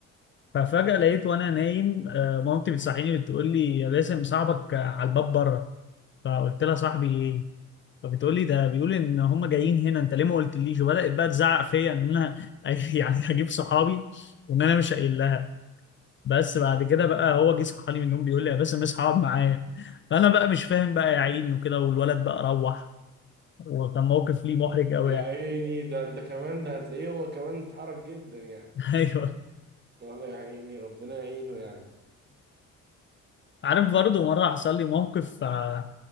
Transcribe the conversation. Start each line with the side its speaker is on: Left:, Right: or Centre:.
Left: ففجأة لقيت وانا نايم آه، مامتي بتصحيني بتقول لي يا باسم صاحبك آه، على الباب بره فقلت لها صاحبي ايه فبتقول لي ده بيقول ان هم جايين هنا انت ليه ما قلتليش وبدأت بقى تزعق فيا ان انا <laughs> يعني هجيب صحابي وان انا مش قايل لها بس بعد كده بقى هو جه صحاني من النوم بيقول لي يا باسم اصحى اقعد معايا فانا بقى مش فاهم بقى يا عيني وكده والولد بقى روح وكان موقف ليه محرج قوي
Right: يا
Left: يعني
Right: عيني ده انت كمان ده هتلاقيه هو كمان اتحرك جدا يعني
Left: <laughs> ايوه
Right: اه يا عيني ربنا يعينه يعني
Left: عارف برضه مرة حصل لي موقف آه،